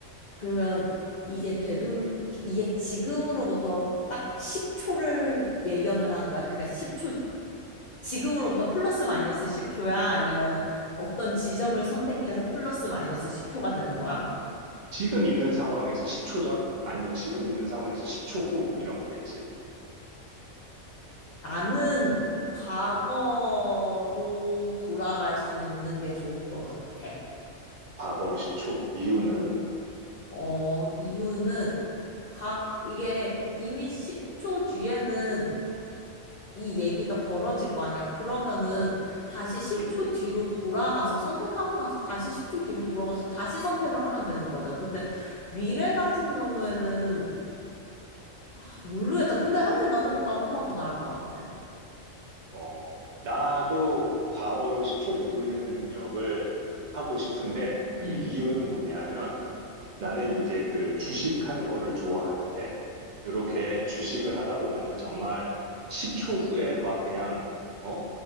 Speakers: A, on the left (about 80°); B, on the right (about 80°).
A: 그러면 이게 되돌, 이게 지금으로부터 딱 10초를 예견을 하는 거야. 그러니까 10초, 지금으로부터 플러스 마이너스 10초야? 아니면은 어떤 지점을 선택해서 플러스 마이너스 10초가 되는 거야?
B: 지금 있는 상황에서 10초 전? 아니면 지금 있는 상황에서 10초 후? 이런 거겠지.
A: 나는 과거로 돌아갈 수 있는 게 좋을 것 같아.
B: 과거로 10초. 이유는?
A: 어, 이유는 각 이게 이미 10초 뒤에는 이 얘기가 벌어질 거 아니야. 그러면은 다시 10초
B: 음,
A: 뒤로 돌아가서 선택하고 나서 다시 10초 뒤로 돌아가서 다시 선택을 하면 되는 거죠. 근데 미래 같은 경우에는 아, 모르겠다. 근데 하여튼 나는 과거가 더 나을 것 같아.
B: 어, 나도 과거로 10초 되돌리는 능력을 하고 싶은데 그
A: 응,
B: 이유는 뭐냐면 나는 이제 그 주식하는 거를 좋아하는데, 이렇게 주식을 하다 보면은 정말 10초 후에 막 그냥, 어?